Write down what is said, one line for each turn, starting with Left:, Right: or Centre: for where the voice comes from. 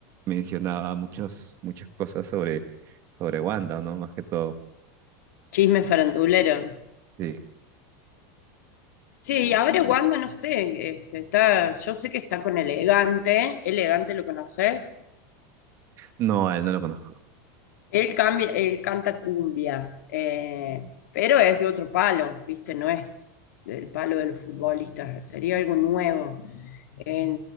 Right: Mencionaba muchos, muchas cosas sobre, sobre Wanda, ¿no? Más que todo.
Left: chisme farandulero.
Right: Sí.
Left: Sí, y ahora Wanda, no no sé, este, está, yo sé que está con Elegante, Elegante lo conoces,
Right: No, a él no lo conozco.
Left: él cambia, él canta cumbia, eh, pero es de otro palo, ¿viste? No es del palo de los futbolistas, sería algo nuevo en,